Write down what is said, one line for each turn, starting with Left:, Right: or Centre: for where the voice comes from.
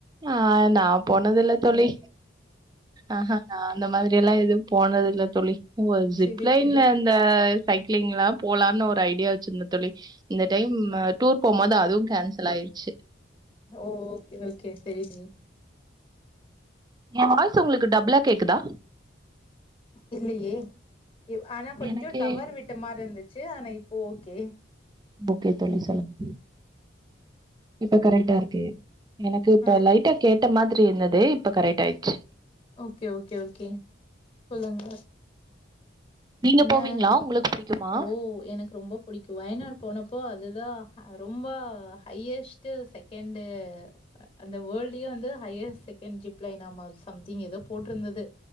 Right: அ நா போனதில்ல தோழி ஆஹா நா இந்த மாதிரிஎல்லா எது போனதில்ல தோழி ஜிப்
Left: செரி
Right: லைன்ல அந்த சைக் ளிங்ளா போலான் ஒரு ஐடியா வச்சுருந்தே தோழி இந்த டைம் அ டூர் போம்போது அது கேன்சலாயிருச்சு
Left: ஓ ஓகே ஓகே செரி செரி
Right: எ வாய்ஸ் ஒங்ளுக்கு டபுளா கேக்குதா
Left: இல்லியே ஆனா கொஞ்சோ
Right: எனக்கே
Left: டவர் விட்ட மாரி இருந்துச்சு ஆனா இப்ப ஓகே
Right: ஓகே தோழி சொல்லுங்க இப்ப கரெக்டாருக்கு எனக்கு இப்ப
Left: ஆ
Right: லைட்டா கேட்ட மாதிரி இருந்துது இப்ப கரெக்ட்டாயிருச்சு
Left: ஓகே ஓகே ஓகே சொல்லுங்க
Right: நீங்க
Left: என்ன
Right: போவீங்களா உங்களுக்கு புடிக்குமா
Left: ஓ எனக்கு ரொம்ப புடிக்கு வயநாடு போனப்ப அதுதா ரொம்ப ஹையஸ்ட்டு செகண்டு அந்த வோல்டியே வந்து ஹையஸ் செகண்ட் ஜிப் லைனாமா சம்திங் ஏதோ போட்ருந்துது